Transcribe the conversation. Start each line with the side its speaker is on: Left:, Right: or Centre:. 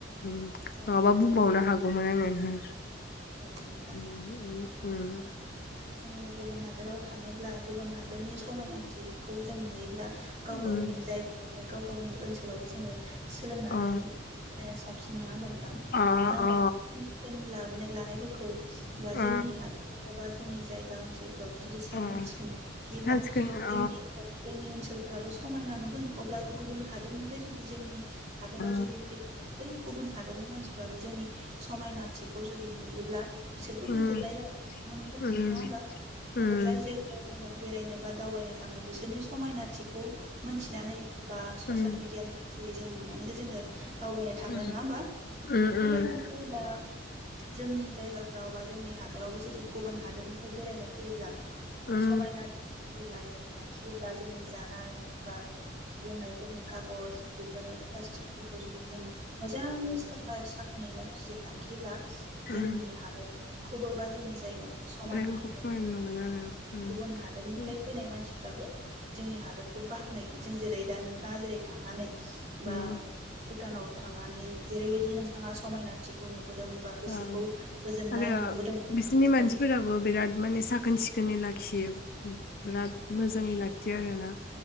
Left: नङाबा
Right: औ
Left: बुंबावनो हाग गौमोन आङो
Right: औ नोंथां
Left: उम उम
Right: आरो जोङो गुबुन हादोराव थाङोब्ला गुबुन हाद दोरनि
Left: उम
Right: समायनाथिखौ जों नुयोब्ला गाव गावनि
Left: उम
Right: जायगायाव गाव गावनि ओनसोलावबो जोङो सोलोंनानै
Left: अ
Right: लानाया साब सिन नङा होनबा नों थां
Left: अ
Right: मानो
Left: अ
Right: होनब्ला खोमसि खोमला माने लानायफोरखौ बा
Left: अ
Right: जोंनि हादोर <inaudible> बा जोंनि जायगा ओनसोल रावबो जुदि साखोन
Left: अ
Right: सिखोनै लाखियोब्ला
Left: सानसेखौनो अ
Right: जोंनि जोंनि ओनसो सोलफ्राबो समायना नुगोन अब्ला गुबुन हादोरनिफ्राय जुदि जोंनि हादोराव
Left: अ
Right: जुदि फैयो बै गुबुन हादरनि मानसिफ्राबो जोंनि समायना थि खौ जुदि नुयोब्ला बिसोरबो
Left: उम
Right: गोजोननाय ला-मोनगोन
Left: उम
Right: नङा होमबा
Left: उम
Right: जोंबो जाय जायगायाव जोङो बेरायनो बा दावबायनो थाङो बिसोरनि समायनाथिखौ मोनथिनानै बा ससियेल
Left: उम
Right: मिडियानि थ्रुयै जों नुनो नानैथ' जोङो दावबायनो थाङो।
Left: उम
Right: नङा होमबा?
Left: उम
Right: बेफोरबायदिनो
Left: उम
Right: दा जोंनि जायगाफ्राव बा जोंनि हादोरावबो जुदि गुबुन हादोरनिफ्राय बेरायनो फैयोब्ला
Left: उम
Right: समायना जुदि लायो लाखियो बा जोंनि जानाय बा लोंनायफोरनि खागज बेफोर प्लास्टिकफोरखौ जुदि जों मोजाङै साफा साखोनै ला <unintelligible> लाखिब्ला जोंनि
Left: उम
Right: हादोर खौबो बा जोंनि जायग समायना
Left: जायगाखौ
Right: नुगोन
Left: समायना
Right: अब्ला
Left: नुगोन आरो
Right: औ
Left: उम
Right: गुबुन हादोरनिफ्राय
Left: उम
Right: फैनाय मानसिफ्राबो जोंनि हादरखौ बाख्नायगोन जों जेरै दा नोंथाङा जेरै थांनानै बा
Left: उम
Right: भुटानाव थांनानै जेरैबायदि नोंथाङा समायना थिखौ नुबोदों बा गोसोखौ
Left: ओम
Right: गोजोननाय
Left: आरो
Right: मोनबोदों
Left: बिसोरनि मानसिफोराबो
Right: औ
Left: बिराद माने साखोन सिखोनै लाख खियोबो बिराद मोजाङै लाखियो आरोना